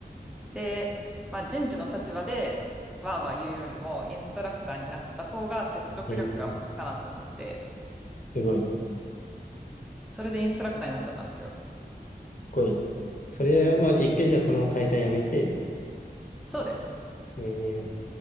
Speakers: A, in the centre; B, on the left.
A: で、まあ、人事の立場でわーわー言うよりも、インストラクターになった方が説得力が増すかなと思って、
B: ええすごい、かっ
A: それでインストラクターになっちゃったんですよ。
B: こいい。それは一回じゃあその会社辞めて、
A: そうです。
B: ええ